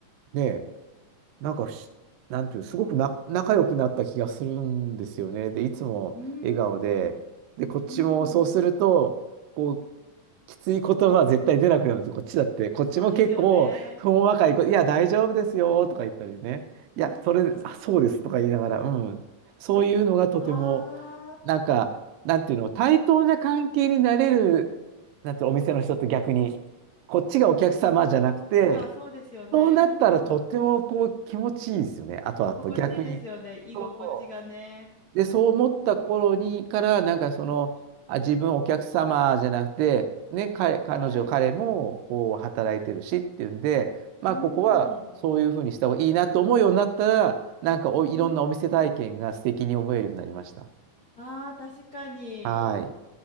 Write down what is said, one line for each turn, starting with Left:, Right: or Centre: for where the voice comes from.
Right: う、ねなんかふし、なんていう、すごくな、仲良くなった気がするんですよね。で、いつも笑顔で、
Left: うーん、
Right: で、こっちもそうすると、
Left: うーん、
Right: こう、きつい言葉絶対出なくなるんですよ。こっちだって。こっちも結構、
Left: そうですよね。
Right: ほんわかいいや、大丈夫ですよ、とか言ったりね。
Left: うーん、
Right: いや、それ、あ、そうです、とか言いながら、うん。そういうのがとても、
Left: あー、
Right: なんか、なんていうの、対等な関係になれる、なんていうのお店の人と逆に、こっちがお客様じゃなくて、
Left: あ、そっか、そうですよね。
Right: そうなったらとってもこう気持ちいいですよね。
Left: うん、
Right: あとあと逆に。
Left: 心地いいですよね。居心地がね。
Right: そうそう。で、そう思った頃にから、
Left: うーん、
Right: なんかその、あ、自分お客様じゃなくて、ね、彼、彼女、
Left: はい。
Right: 彼もこう働いてるしっていうんで、まあここはそういうふうにした方がいいなと思うようになったら、
Left: うーん、
Right: なんかお、いろんなお店体験が素敵に思えるようになりました。
Left: うーん、あー、確かに。へ
Right: はい。